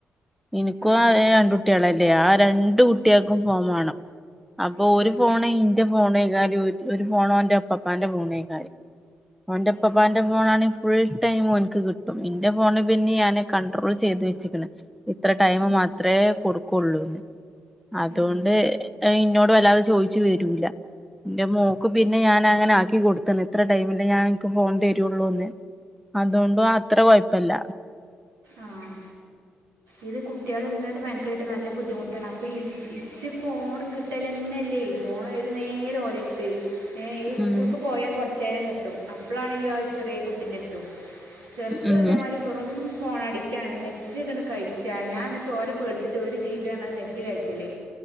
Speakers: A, in the centre; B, on the right (about 80°).
A: എനിക്കും
B: ആ
A: രണ്ട് കുട്ടികളല്ല. അല്ലെ ആ രണ്ട് ട്ട്യാക്കും ഫോൺ വേണം അപ്പൊ
B: ഉം.
A: ഓര് ഫോണ് ഇന്റെ ഫോണ്. ഇ <unintelligible> <unintelligible> ഒരു ഫോണോ എന്റെ അപ്പപ്പാന്റെ ഫോണേക്കാര്യം. ഓന്റെ പപ്പാന്റെ
B: ആ
A: ഫോണാണ്. ഫുൾ ടൈമ് ഓൻക്ക് കിട്ടും ഇന്റെ ഫോണ് പിന്നെ ഞാന് കണ്ട്രോൾ ചെയ്ത് വെച്ചിക്കണ്. ഇത്ര ടൈം
B: ഉം.
A: മാത്രമേ കൊടുക്കുള്ളൂ. ഉ <unintelligible> അതുകൊണ്ട്
B: ഉം.
A: ഇന്നോട്. വല്ലാതെ ചോദിച്ചു വരൂല ന്റെ മോ ക്കു പിന്നെ ഞാൻ അങ്ങന ആക്കി കൊടുത്തണ് ഇത്ര ടൈമില്ല ഞാൻ എനിക്ക് ഫോൺ തരുള്ളൂന്ന്- അതുകൊണ്ട് അത്ര കുഴപ്പില്ല.
B: ആഹ് ഇത് കുട്ടികൾ ഇങ്ങോട്ട് ബയക്കട്ട് നല്ല ബുദ്ധിമുട്ടാണ് അപ്പൊ ഇച്ച് പോണ്. കിട്ടലന്നല്ലേ ഈ ഫോൺത് നേരെ ഓലത്ത്. ഈ സ്കൂൾക്ക്
A: ഉം
B: പോയാൽ കുറച്ച്. ചേര കെട്ടും. അപ്പോഴാണ് ഈ ആ ചെറിയ കുട്ടിൻ്റെത്. ട്ടും. <unintelligible> ചെറുതും
A: ഉം
B: ഇതേ മാരി വെറും. ഫോൺ അഡിക്റ്റ ആണ് നെറ്റ് ഇ കഴിച്ചാ ഞാൻ എന്നിട്ട് ഓലെ പേടുത്തിട്ട് ഒരു ജീ ബിാണത് നെറ്റ് കയറ്റല്